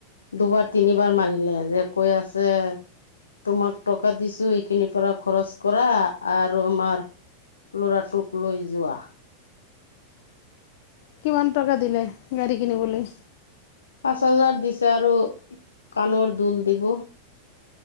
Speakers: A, on the left; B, on the left.
A: দুবাৰ তিনিবাৰ মাৰিলে, যে কৈ আছে তোমাক টকা দিছো এইখিনিৰ পৰা খৰচ কৰা, আৰু আমাৰ ল'ৰাটোক লৈ যোৱা।
B: কিমান টকা দিলে গাড়ী কিনিবলৈ?
A: ছয় লাখ দিছে, আৰু কাণৰ দোল দিব।